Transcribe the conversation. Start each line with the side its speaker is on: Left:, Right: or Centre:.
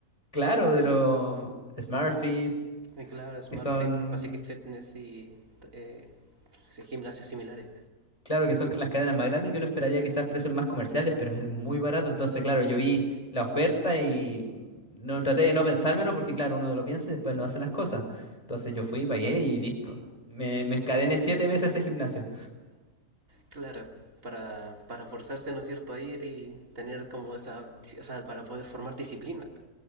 Left: Claro, de los SmartFit,
Right: Eh, claro, Smart
Left: que son,
Right: Fit, Pacific Fitness y eh, sí, gimnasios similares.
Left: claro, que son las cadenas más grandes, yo no esperaría quizás precios más comerciales, pero es muy barato. Entonces, claro, yo vi la oferta y no traté de no pensármelo porque, claro, uno lo piensa y después no hace las cosas. Entonces yo fui, pagué y listo. Me, me encadené siete meses a ese gimnasio.
Right: Claro, para, para forzarse, ¿no es cierto?, a ir y tener como esa, o sea, para poder formar disciplina.